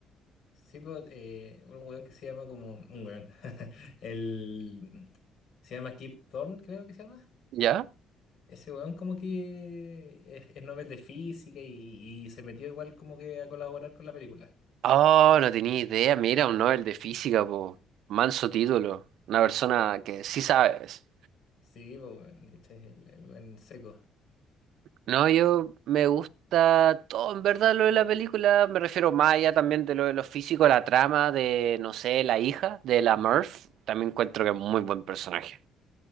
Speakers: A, on the left; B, on the right.
A: Sí, pues, eh, un weón que se llama como. Un weón. <laughs> El. Se llama Kip Thorne, creo que se llama.
B: ¿Ya?
A: Ese weón como que es, es Nobel de Física y, y se metió igual como que a colaborar con la película.
B: Oh, no tenía idea, mira, un Nobel de física, po. Manso título, una persona que sí sabes.
A: Sí, pues, weón, ¿cachai? El, el weón seco.
B: No, yo me gusta todo, en verdad, lo de la película. Me refiero más allá también de lo de lo físico, la trama de, no sé, la hija de la Murph. También encuentro que es muy buen personaje.